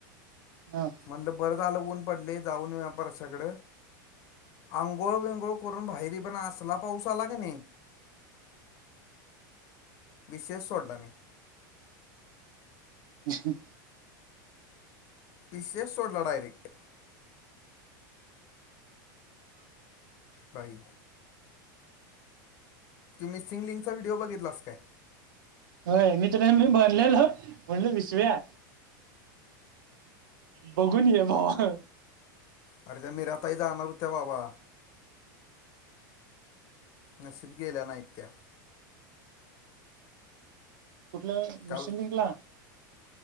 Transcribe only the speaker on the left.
म्हणलं बरं झालं ऊन पडलय जाऊन येऊया प्रर्श्याकड आंघोळ बिंगघोळ करून बाहेरी पण असला पाऊस आला कनी विषयच सोडला मी
विषय सोडला डायरेक्ट बाई तु मिसिंग लिंकचा व्हिडिओ बघितलास काय
अरे त्या मिराताई जाणार होत्या बाबा. नशीब गेल्या नाहीत त्या.
काल